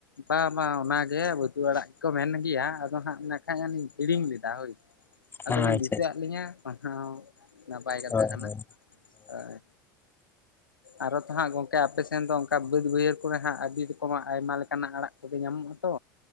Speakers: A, on the left; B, on the left.
A: ᱵᱟᱝ ᱵᱟᱝ ᱚᱱᱟᱜᱮ ᱵᱟᱹᱛᱩ ᱟᱲᱟᱜ ᱜᱮᱠᱚ ᱢᱮᱱ ᱜᱮᱭᱟ ᱟᱫᱚ ᱦᱟᱜ ᱢᱮᱱᱠᱷᱟᱱᱟᱱᱤᱧ ᱦᱤᱲᱤᱧ ᱞᱮᱫᱟ ᱦᱳᱭ᱾
B: ᱟᱪᱪᱷᱟ
A: ᱟᱫᱚ ᱵᱤᱱ ᱫᱤᱥᱟᱹᱟᱫ ᱞᱤᱧᱟᱹ ᱚᱱᱟ ᱦᱚᱸ ᱱᱟᱯᱟᱭ ᱠᱟᱛᱷᱟ
B: ᱦᱳᱭ
A: ᱠᱟᱱᱟ
B: ᱦᱳᱭ
A: ᱦᱳᱭ᱾ ᱟᱨᱚ ᱛᱚ ᱦᱟᱸᱜ ᱜᱚᱝᱠᱮ ᱟᱯᱮ ᱥᱮᱱ ᱫᱚ ᱚᱱᱠᱟ ᱵᱟᱹᱫ ᱵᱟᱹᱭᱦᱟᱹᱲ ᱠᱚᱨᱮ ᱦᱟᱸᱜ ᱟᱹᱰᱤ ᱨᱚᱠᱚᱢᱟᱜ ᱟᱭᱢᱟ ᱞᱮᱠᱟᱱᱟᱜ ᱟᱲᱟᱜ ᱠᱚᱜᱮ ᱧᱟᱢᱚᱜ-ᱟ ᱛᱚ᱾